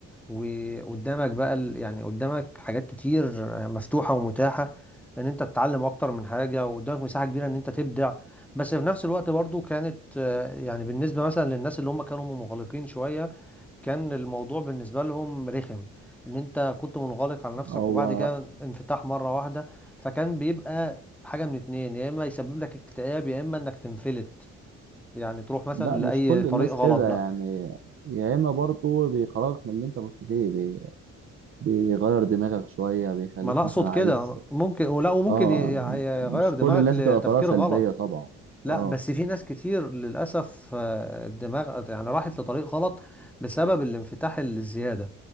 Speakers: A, in the centre; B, on the right.
A: وقدامك بقى ال- يعني قدامك حاجات كتير مفتوحة ومتاحة ان انت تتعلم اكتر من حاجة وقدامك مساحة كبيرة ان انت تبدع بس في نفس الوقت برضو كانت آه، يعني بالنسبة مثلا للناس اللي هم كانوا منغلقين شوية كان الموضوع بالنسبة لهم رخم ان انت كنت منغلق على نفسك
B: هو
A: وبعد كده انفتاح مرة واحدة فكان بيبقى حاجة من اتنين يا اما يسبب لك اكتئاب يا اما انك تنفلت يعني تروح مثلا
B: لا
A: لأي
B: مش كل
A: طريق
B: الناس
A: غلط
B: كده
A: بقى
B: يعني يا إما برضه بيخرجك من اللي أنت كنت فيه بي... بيغير دماغك شوية بيخليك
A: ما انا اقصد
B: مثلا
A: كده
B: عايز
A: أنا ممكن ولا وممكن
B: اه
A: ي- ي-
B: مش
A: يغير دماغك
B: كل الناس
A: لتفكير
B: بتبقى طالعه سلبيه
A: غلط
B: طبعا
A: لا
B: اه
A: بس في ناس كتير للاسف آه، الدماغ يعني راحت لطريق غلط بسبب الانفتاح الزياده